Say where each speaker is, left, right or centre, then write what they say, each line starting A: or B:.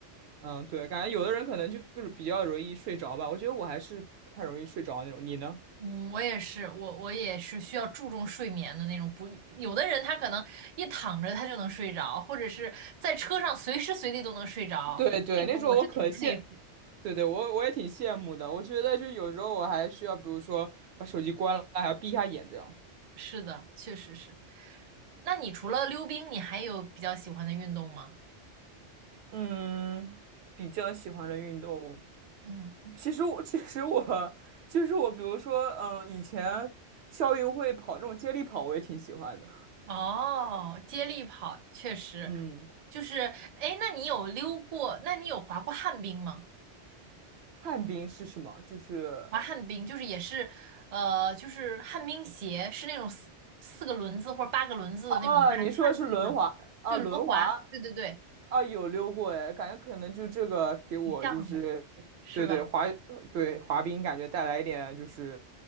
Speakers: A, on the right; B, on the right.
A: 嗯，对，感觉有的人可能就就是比较容易睡着吧。我觉得我还是不太容易睡着那种。你呢？
B: 嗯，我也是，我我也是需要注重睡眠的那种不。有的人他可能一躺着他就能睡着，或者是在车上随时随地都能睡着，
A: 对对，
B: 这种我是挺佩服。
A: 那种我可羡，对对，我我也挺羡慕的。我觉得就有时候我还需要，比如说把手机关了，还要闭一下眼这样。
B: 是的，确实是。那你除了溜冰，你还有比较喜欢的运动吗？
A: 嗯，比较喜欢的运动，
B: 嗯，
A: 其实我其实我就是我，比如说，嗯，以前校运会跑那种接力跑，我也挺喜欢的。
B: 哦，接力跑确实
A: 嗯，
B: 就是，哎，那你有溜过？那你有滑过旱冰吗？
A: 旱冰是什么？就是
B: 滑旱冰就是也是，呃，就是旱冰鞋是那种四四个轮子或者八个轮子的那种，
A: 哦，
B: 在旱地上，
A: 你说的是轮滑啊，
B: 对，
A: 轮滑。
B: 轮滑，对对对，
A: 啊，有溜过哎，感觉可能就这个给我就是，
B: 挺像的，是吧？
A: 对对滑对滑冰感觉带来一点就是，